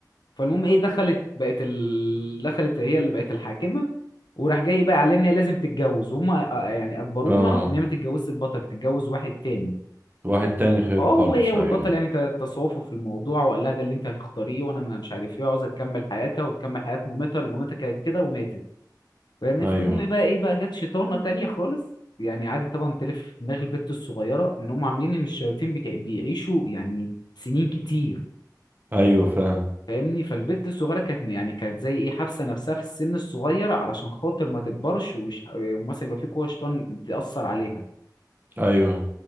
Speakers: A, on the left (about 75°); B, on the right (about 25°).
A: فالمهم ايه دخلت بقت ال... دخلت هي اللي بقت الحاكمه وراح جاي بقى عليها ان هي لازم تتجوز وهم أ- يعني اجبروها
B: اه
A: ان هي ما تتجوزش البطل تتجوز واحد تاني
B: واحد تاني خيره
A: اه وهي
B: خالص
A: والبطل
B: ايوه
A: يعني ت- تصافوا في الموضوع وقال لها ده اللي انت هتختاريه وانا ما- مش عارف ايه عاوزه تكمل حياتها وتكمل حياه مامتها لان مامتها كانت كده وماتت فاهمني
B: ايوه
A: فالمهم إيه بقى ايه بقى جت شيطانه تانية خالص يعني قعدت طبعا تلف في دماغ البت الصغيره ان هم عاملين ان الشياطين بتع- بيعيشوا يعني سنين كتير
B: ايوه فاهم
A: فاهمني فالبت الصغيره كانت يعني كانت زي ايه حابسه نفسها في السن الصغير علشان خاطر ما تكبرش وش... ومثلا يبقى في قوه شيطان تاثر عليها
B: ايوه